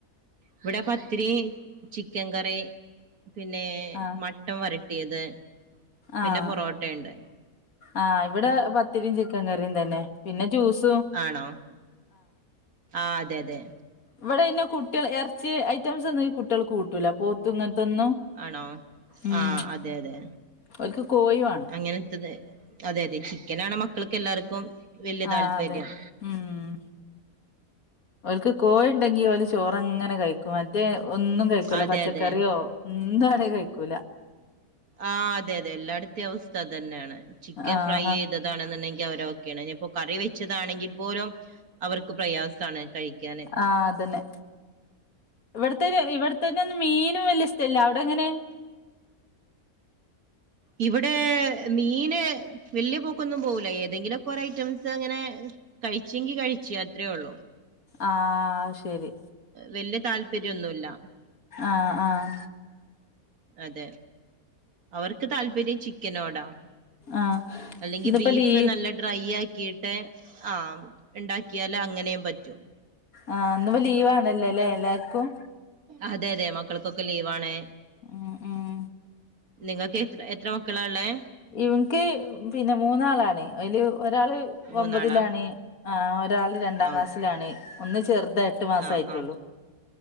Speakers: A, on the right; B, on the left.
A: ഇവിടെ പത്തിരി ചിക്കൻ കറി പിന്നെ
B: ആഹ്
A: മ ട്ടം വരട്ടിയത് പിന്നെ
B: ആഹ്
A: പൊറോട്ടുണ്ട്
B: ആഹ് ഇവിടെ പത്തിരിയും ചിക്കൻ കറിയും തന്നെ പിന്നെ ജ്യൂസ്
A: ആണോ ആഹ് അതെ അതെ
B: ഇവിടെെ കുട്ടികൾ ഇറച്ചി ഐറ്റംസ് ഒന്നും കുട്ടികൾക്ക് കൂട്ടൂല പോത്തു ഇങ്ങനത്തൊന്നും
A: ആണോ
B: ഉം
A: ആഹ് അതെ അതെ
B: ഓൽക്ക് കോഴി വേണം
A: അങ്ങനെത്തത് അതെ അതെ ചിക്കനണ് മക്കൾക്ക് എല്ലാവർക്കും വലിയ താല്പര്യം
B: ആഹ് അതെ ഉം ഓൾക് കോഴി ഉണ്ടെങ്കി അവ ഓല് ചോറങ്ങനെ കഴിക്കും മറ്റേ ഒന്നും കഴിക്കൂല്ല
A: അതെ
B: പച്ചക്കറിയോ
A: അതെ
B: എന്താണ് കഴിക്കൂല
A: ആഹ് അതെ അതെ എല്ലായിടത്ത അവസ്ഥ അതന്നെയാണ് ചിക്കൻ
B: ആഹ്
A: ഫ്രൈ ചെയ്ത് ണെന്നുണ്ടെങ്കിൽ അവര ഓക്കെയാണ് ഇനിയിപ്പോ കറി വെച്ചതാണെങ്കിൽ പോലും അവർക്ക് പ്രയാസമാണ് കഴിക്കാന്
B: ആഹ് അതന്നെ ഇവിടത്തെ ഇവിടെത്തന്നെ ഒന്നും മീനും വലിയ സ്ഥലല്ല അവിടെ എങ്ങനെ
A: ഇവിടെ മീന് വലിയ പോക്കൊന്നും പോകൂല ഏതെങ്കിലുംക്കെറ ഐറ്റംസ് ഇങ്ങനെ കഴിച്ചെങ്കി കഴിച്ചു അത്രയേ ഉള്ളൂ
B: ആഹ് ശരി
A: വല്യ താല്പര്യമൊന്നുമല്ല
B: ആഹ് ആഹ്
A: അതെ അവർക്ക് താല്പര്യം ചിക്കനോടാ
B: ആഹ്
A: അല്ലെങ്കിൽ
B: ഇന്നിപ്പോ
A: ബീഫ്
B: ലീ
A: നല്ല ഡ്രൈ ആക്കിയിട്ട് ആഹ് ഉണ്ടാക്കിയാൽ അങ്ങനെയും പറ്റും
B: ആഹ് അന്ന്പ ലീവ് ആണല്ലേ അല്ലെ എല്ലാർക്കും
A: അതെ അതെ മക്കൾക്കൊക്കെ ലീവാണ്
B: ഉം ഉം
A: നിങ്ങൾക്ക് എത്ര എത്ര മക്കളാള്ളേ
B: ഇവൻക്ക് പിന്നെ മൂന്നാളാണ് അതില് ഒരാള്
A: മൂന്നാളാ
B: ഒമ്പതിലാണ് ഒരാൾ രണ്ടാം
A: ഓ
B: ക്ലാസ്സിലാണ് ഒന്ന് ചെറുത എട്ട് മാസം
A: ആ
B: ആയിട്ടുള്ളൂ
A: ആ
B: <inaudible>